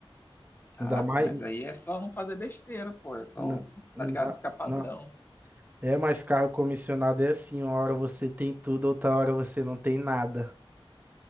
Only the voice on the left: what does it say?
Ah,
pô, mas aí é só não fazer besteira, pô. É só,
tá ligado? Ficar padrão.